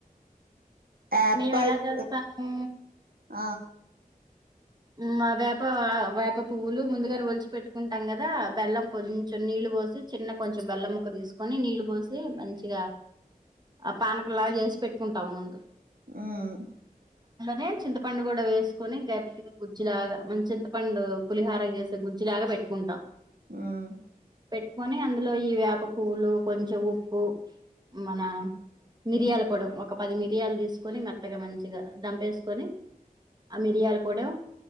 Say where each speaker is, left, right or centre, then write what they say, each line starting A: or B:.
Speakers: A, on the right; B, on the right.
A: <unintelligible>
B: మేము ఎలా చేస్తాము
A: ఆ
B: మా వేప వేప పువ్వులు ముందుగానే ఒలిచి పెట్టుకుంటాం కదా, బెల్లం కొంచెం నీళ్ళు పోసి చిన్న కొంచెం బెల్లం ముక్క తీసుకొని నీళ్ళు బోసి మంచిగా ఆ పానకంలాగ చేసి పెట్టుకుంటాం ముందు.
A: మ్మ్
B: నేను చింతపండు కూడా వేసుకొని గట్టిగా గుజ్జులాగా మంచింత పండు పులిహార చేసే గుజ్జి లాగా పెట్టుకుంటా
A: మ్మ్
B: ప్పుకొని అందులో ఈ వేప పూవ్లు కొంచెం ఉప్పు మన మిరియలు పొడం ఒక పది మిరియాలు తీసుకొని మెత్తగా మంచిగా దంపేసుకొని ఆ మిరియాల కూడా